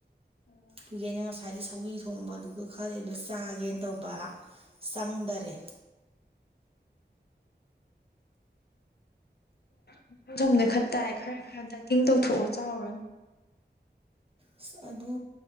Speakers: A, on the left (about 60°); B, on the right (about 30°).
A: <inaudible>
B: ꯑꯗꯨꯒꯤ ꯑꯩꯅ ꯉꯁꯥꯏꯒꯤ ꯁꯧꯒꯤ ꯊꯣꯡꯕ ꯑꯗꯨꯒ ꯈꯔ ꯂꯩꯕ ꯆꯥꯒꯦꯅ ꯇꯧꯕ ꯆꯪꯗꯔꯦ
A: <unintelligible> ꯈꯔ ꯈꯔ ꯗꯥꯏꯇꯤꯡ ꯇꯧꯊꯣꯛꯑꯣ ꯆꯥꯎꯔꯅꯨ
B: ꯑꯁ ꯑꯗꯨ